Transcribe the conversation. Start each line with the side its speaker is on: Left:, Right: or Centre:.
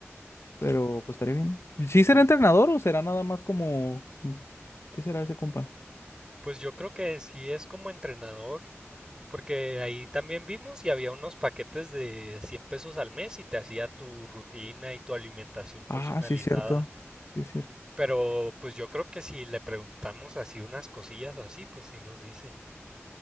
Left: pero pues estaría bien. ¿no? ¿Sí será
Right: Sí.
Left: entrenador o será nada más como, qué será ese compa?
Right: Pues yo creo que sí es como entrenador, porque ahí también vimos y había unos paquetes de 100 pesos al mes y te hacía tu rutina y tu alimentación
Left: Ah,
Right: personalizada.
Left: sí es cierto, sí es cierto.
Right: Pero pues yo creo que si le preguntamos así unas cosillas o así, pues sí nos dice.